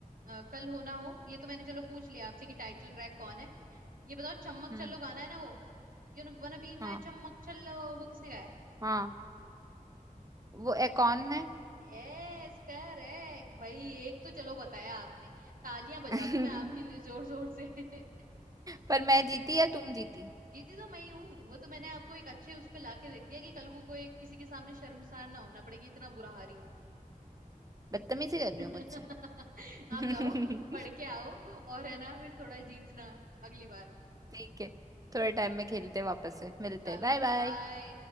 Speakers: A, on the right; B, on the right.
A: अ, कल हो ना हो ये तो मैंने चलो पूछ लिया आपसे कि टाइटल ट्रैक कौन है ये बताओ चम्मक
B: हम्म
A: चलो गाना है ना वो you know wanna be
B: हाँ
A: my Chammak Challo वो किसने गाया
B: हाँ वो ए, कौन है
A: यस करेक्ट भाई एक तो चलो बताया आपने तालियां बजा
B: <laughs>
A: दूं मैं आपके लिए जोर जोर से <laughs>
B: पर मैं जीती या तुम जीती
A: जीती तो मैं ही हूँ वो तो मैंने आपको एक अच्छे उस पे लाके देख दिया कि कल को कोई किसी के सामने शर्मसार ना होना पड़ेगी इतना बुरा हारी हूँ
B: बदतमीजी कर
A: <laughs>
B: रही हो मुझसे
A: आप
B: <laughs>
A: जाओ पढ़ के आओ और है ना फिर थोड़ा जीतना अगली बार
B: ठीक है थोड़े टाइम में खेलते हैं वापस से मिलते
A: चलो
B: हैं Bye bye
A: बाय